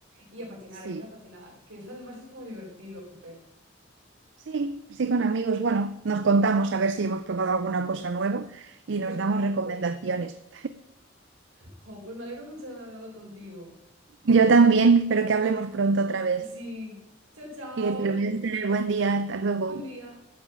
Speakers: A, on the right; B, on the right.
A: Y a patinar,
B: Sí.
A: eh, quiero patinar, que eso además es como divertido, jope.
B: Sí, sí, con amigos. Bueno, nos contamos a ver si hemos probado alguna cosa nueva y
A: Qué
B: nos
A: guay.
B: damos recomendaciones.
A: Jo, pues me alegro mucho de haber hablado contigo.
B: Yo también, espero que hablemos pronto otra vez.
A: Sí, chao, chao.
B: Que te vez tener buen día. Hasta luego.
A: Buen día.